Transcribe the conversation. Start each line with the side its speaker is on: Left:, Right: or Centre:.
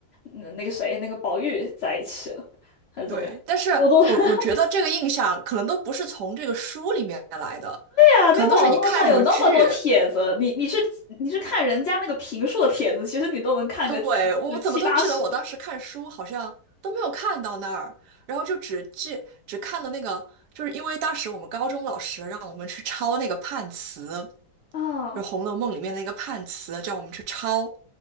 Left: 嗯那个谁那个宝玉在一起了，还是怎么样？
Right: 对，但是我我觉得这个印象可能都不是从这个书里面来的，
Left: 我都 <laughs> 对啊，你网络上有那么多帖子，
Right: 可能都是你看什么剧，
Left: 你你去你去看人家那个评述的帖子，其实你都能看个七就七八十
Right: 对，我怎么都记得我当时看书好像都没有看到那儿，然后就只记只看了那个，就是因为当时我们高中老师让我们去抄那个判词，
Left: 啊。
Right: 就是红楼梦》里面的那个判词，叫我们去抄。